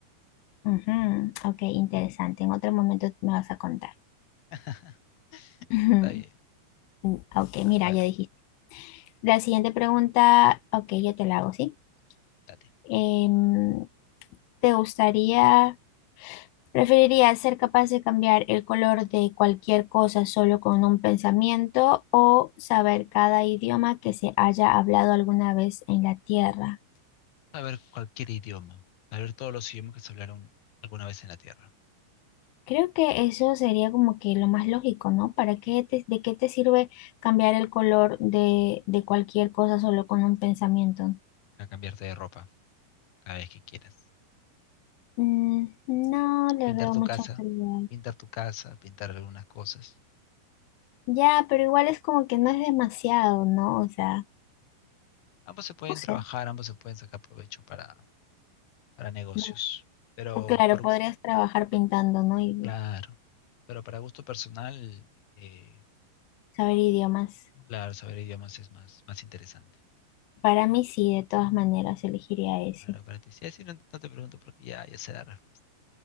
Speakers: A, on the left; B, on the left.
A: Ujú, Ok, interesante. En otro momento me vas a contar.
B: <laughs>
A: <laughs>
B: Está bien.
A: Ujú, Ok, mira,
B: A ver,
A: ya dijiste. La siguiente pregunta, ok, yo te la hago, ¿sí?
B: dale.
A: Em, ¿Te gustaría, preferirías ser capaz de cambiar el color de cualquier cosa solo con un pensamiento o saber cada idioma que se haya hablado alguna vez en la Tierra?
B: Saber cualquier idioma. Saber todos los idiomas que se hablaron alguna vez en la Tierra.
A: Creo que eso sería como que lo más lógico, ¿no? ¿Para qué te- de qué te sirve cambiar el color de, de cualquier cosa solo con un pensamiento?
B: Para cambiarte de ropa cada vez que quieras.
A: Mm, no le
B: Pintar
A: veo
B: tu
A: mucha
B: casa.
A: utilidad.
B: Pintar tu casa, pintar algunas cosas.
A: Ya, pero igual es como que no es demasiado, ¿no? O sea,
B: Ambos se pueden
A: no sé.
B: trabajar, ambos se pueden sacar provecho para, para negocios.
A: Bueno,
B: Pero
A: Claro,
B: por,
A: podrías trabajar pintando, ¿no? Y
B: Claro, pero para gusto personal, eh,
A: Saber idiomas.
B: claro, saber idiomas es más, más interesante.
A: Para mí sí, de todas maneras elegiría ese.
B: Claro, para ti. Sí, sí, no, no te pregunto porque ya, ya sé la respuesta.